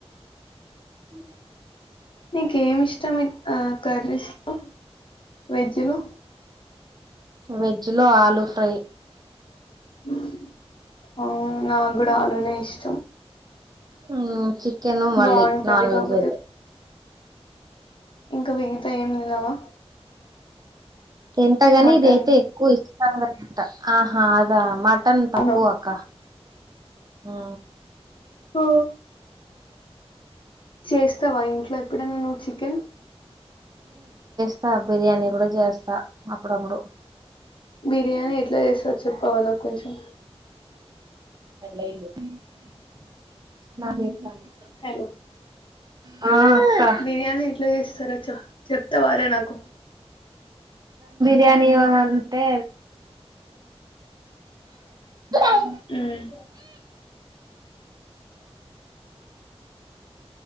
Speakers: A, on the right; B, on the left.
A: అ
B: నీకేమి ఇష్టం ఇ ఆ కర్రీస్లో వెజ్ లో
A: వెజ్ లో ఆలూ ఫ్రై
B: హ్మూ ఆ నాకు కూడా ఆలునే ఇష్టం
A: ఆ ఛీ చికెను మళ్ళీ
B: బాగుంటది
A: నాన్ వెజ్
B: కాకపోతే
A: అయితే
B: ఇంకా మిగతా ఏమి తినవా
A: తింతగాని
B: మటన్
A: ఇది అయితే ఎక్కువ ఇష్టం గా ఠ ఆహా అదా మట్ మటన్ తక్కువక్క
B: అవునా
A: ఆ
B: ఓ చేస్తావా ఇంట్లో ఎప్ ఎప్పుడన్నా నువ్ చికెన్
A: హు బిర్యానీ కూడా చేస్తా అప్పుడప్పుడు
B: బిర్యానీ ఎట్లా చేస్తవ్ చెప్పావా నాకు కొంచెం
A: <unintelligible>
B: హలో
A: ఆ అక్క
B: బిర్యానీ ఎట్లా చేస్తారో చెప్ చెప్తావారా నాకు
A: ర్యాని అంతే <unintelligible>
B: హ్మ్